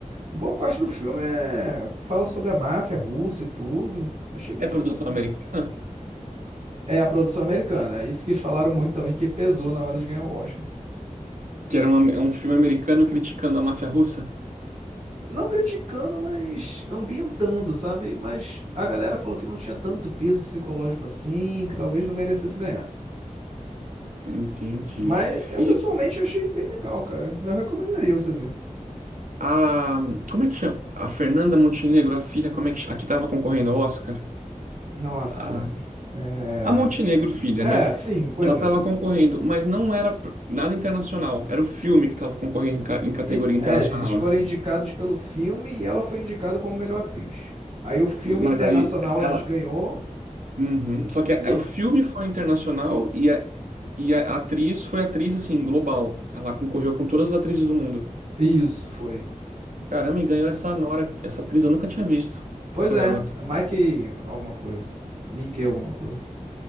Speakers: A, on the right (about 55°); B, on the right (about 80°).
A: boa parte do filme é... fala sobre a máfia russa e tudo. Eu Achei bem
B: É
A: interessante.
B: produção americana?
A: É, a produção americana. Isso que falaram muito também que pesou na hora de ganhar o Oscar.
B: Que era uma- é um filme americano criticando a máfia russa?
A: Não criticando, mas ambientando, sabe? Mas a galera falou que não tinha tanto peso psicológico assim, que talvez não merecesse ganhar.
B: Entendi.
A: Mas eu
B: E
A: pessoalmente achei bem legal, cara. Eu recomendaria você ver.
B: a. Como é que chama? A Fernanda Montenegro, a filha, como é que. ch- A que tava concorrendo ao Oscar?
A: Nossa.
B: A,
A: É.
B: a Montenegro, filha,
A: É,
B: né?
A: sim, pois
B: Ela estava
A: é.
B: concorrendo, mas não era pr- nada internacional. Era o filme que estava concorrendo em ca- em categoria
A: Ent-
B: internacional,
A: É, eles foram
B: né?
A: indicados pelo filme e ela foi indicada como melhor atriz. Aí o filme
B: Mas
A: internacional
B: aí
A: a
B: ela.
A: gente ganhou.
B: Uhum. Só que
A: E
B: a-
A: é-
B: o filme foi internacional e a, e a atriz foi atriz, assim, global. Ela concorreu com todas as atrizes do mundo.
A: Isso foi.
B: Caramba, e ganhou essa Nora. Essa atriz eu nunca tinha visto.
A: Pois
B: Essa
A: é,
B: garota.
A: é Mike alguma coisa. Mickey alguma coisa.